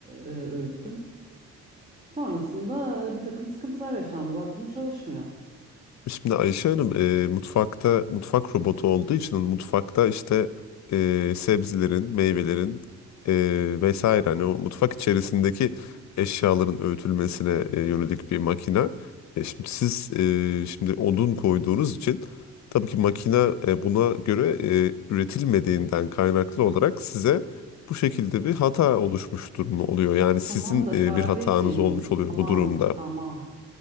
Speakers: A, on the right (about 25°); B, on the left (about 65°).
A: e, öğüttüm. Sonrasında bir takım sıkıntılar yaşandı. Baktım çalışmıyor.
B: Şimdi Ayşe Hanım e, mutfakta mutfak robotu olduğu için mutfakta işte e, sebzelerin, meyvelerin e, vesaire hani o mutfak içerisindeki eşyaların öğütülmesine e, yönelik bir makine. E, şimdi siz e, şimdi odun koyduğunuz için tabii ki makine e, buna göre e, üretilmediğinden kaynaklı olarak size bu şekilde bir hata oluşmuş durumu oluyor. Yani sizin
A: Tamam da
B: e,
A: kardeşim,
B: bir hatanız olmuş oluyor
A: tamam,
B: bu durumda.
A: tamam.